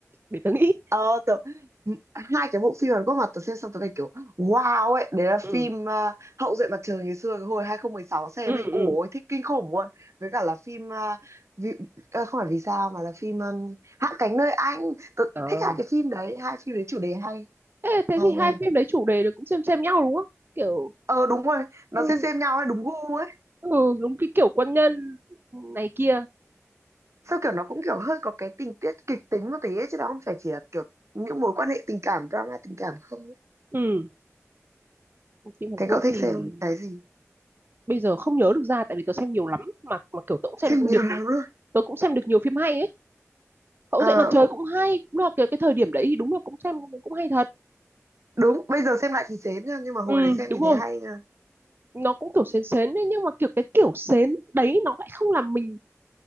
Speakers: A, on the right; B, on the right.
A: để tớ nghĩ
B: Ờ, tớ, m- hai cái bộ phim Hàn Quốc mà tớ xem xong tớ phải kiểu wow ấy, đấy là phim
A: ừ
B: ờ, Hậu duệ mặt trời ngày xưa cái hồi 2016 xem
A: ừ
B: ấy.
A: ừ
B: Ủa, thích kinh khủng luôn. Với cả là phim ờ, vì, ờ, không phải vì sao mà là phim um, Hạ cánh nơi anh. Tớ
A: Ờ.
B: thích hai cái phim đấy, hai phim đấy chủ đề hay.
A: thế, thế
B: Hay
A: thì
B: nha.
A: hai phim đấy chủ đề là cũng xem xem nhau đúng không kiểu
B: Ờ đúng rồi, nó
A: ừ,
B: xem xem nhau ấy, đúng gu
A: ừ đúng cái kiểu quân nhân này kia
B: sao kiểu nó cũng kiểu hơi có cái tình tiết kịch tính một tí ấy, chứ nó không phải chỉ là kiểu những mối quan hệ tình cảm drama tình cảm không ấy.
A: ừ phim Hàn
B: thế
A: Quốc
B: cậu thích
A: thì
B: xem cái gì
A: bây giờ không nhớ được ra tại vì tớ xem nhiều lắm mà mà kiểu tớ cũng xem
B: xem nhiều
A: được
B: lắm luôn
A: tớ cũng xem được nhiều phim hay ấy Cậu
B: ờ
A: dậy mặt trời cũng hay cũng là cái, cái thời điểm đấy thì đúng là cũng xem cũng hay thật
B: đúng bây giờ xem lại thì chán nha nhưng mà hồi
A: ừ
B: đấy xem
A: đúng
B: thì thấy
A: rồi
B: hay nha
A: nó cũng kiểu sến sến ấy, nhưng mà kiểu cái kiểu sến đấy nó lại không làm mình